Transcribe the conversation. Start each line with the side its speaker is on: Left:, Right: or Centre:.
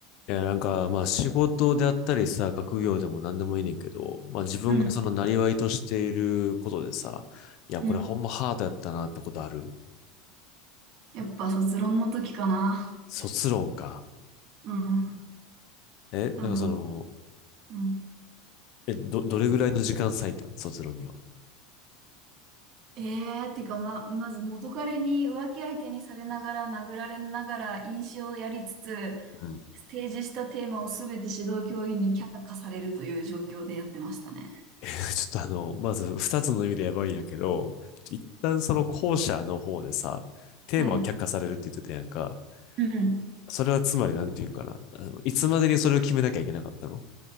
Left: いや、なんか、まあ仕事であったりさ、学業でも何でもいいねんけど、まあ自分がそのなりわいとしていることでさ、
Right: うん、
Left: いや、
Right: うん。
Left: これほんまハードやったなってことある
Right: やっぱ卒論の時かな。
Left: 卒論か。
Right: うん。
Left: え、
Right: あの、
Left: なんかその、
Right: うん。
Left: え、ど、どれぐらいの時間割いたん卒論には。
Right: えー、ってかま、まず元彼に浮気相手にされながら殴られながら飲酒をやりつつ、
Left: うん。
Right: 提示したテーマをすべて指導教員に却下されるという状況でやってましたね。
Left: <laughs> え、ちょっとあの、まず二つの意味でやばいんやけど、ちょ一旦その後者の方でさ、テーマを却下されるって言ってたやんか。
Right: はい。うん。
Left: それはつまりなんていうんかな。あの、いつまでにそれを決めなきゃいけなかったの